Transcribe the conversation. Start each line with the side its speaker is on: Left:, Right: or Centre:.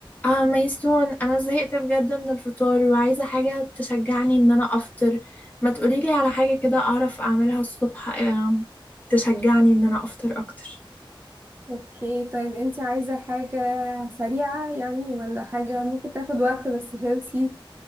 Left: اه ميسون انا زهقت بجد من الفطار وعايزه حاجه تشجعني ان انا افطر ما تقوليلي على حاجه كده اعرف اعملها الصبح آه، تشجعني ان انا افطر اكتر
Right: اوكي طيب انتي عايزة حاجة سريعة يعني ولا حاجة ممكن تاخد وقت بس هيلثي